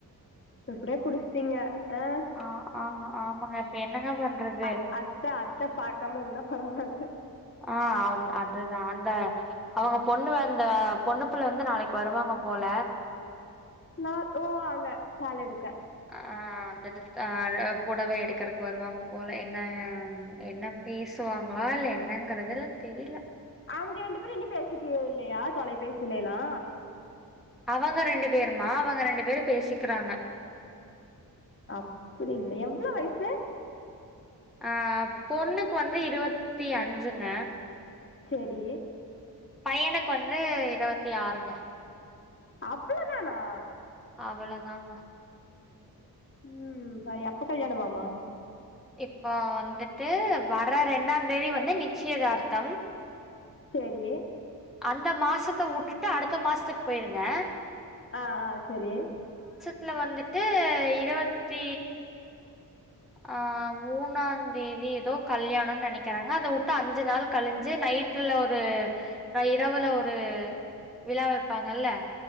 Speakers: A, on the left; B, in the centre.
A: இப்படியே புடிச்சிட்டீங்க ஆ
B: ஆஹ் ஆஹ் ஆமாங்க இப்ப என்னங்க பண்றது?
A: அ அத்த அத்த பா்க்காம இருந்தா பரவாயில்லை
B: ஆஹ் அவ அதுதான் அந்த அவங்க பொண்ணு அந்த பொண்ணுப்புள்ள வந்து நாளைக்கு வருவாங்க போல
A: நா ஒ அவ சால் எடுக்க
B: ஆஹ் அந்த டிரஸ் ஆஹ் அ பொடவை எடுக்கறக்கு வருவாங்க போல என்ன என்ன பேசுவாங்களா இல்ல என்னங்கறது தெரில
A: அவுங்க ரெண்டு பேரு இன்னு பேசிக்கேல்லையா தொலைபேசலல்லா
B: அவங்க ரெண்டு பேருமா அவங்க ரெண்டு பேரும் பேசிக்கறாங்க
A: அப்படிங்களா எவ்ளோவு வயசு
B: அஹ் பொண்ணுக்கு வந்து இருவத்தி அஞ்சுங்க
A: செரி
B: பையனுக்கு வந்து இருவத்தி ஆறுங்க
A: அவ்ளோ தானா
B: அவ்ளோதாங்க
A: உம் அ எப்ப கல்யாணம்மாம்மா
B: இப்ப வந்துட்டு வர்ற ரெண்டாந் தேதி வந்து நிச்சியதார்த்தம்
A: சேரி
B: அந்த மாசத்த உட்டுட்டு அடுத்த மாசத்துக்கு போய்ருங்க
A: அ அ செரி
B: துல வந்துட்டு இருவத்தி ஆ மூணாந் தேதி ஏதோ கல்யாணோன் நெனக்கிறங்க அத உட்டு அஞ்சு நாள் கழிஞ்சு நைட்டுல ஒரு இரவுல ஒரு விழா வெப்பாங்கல்ல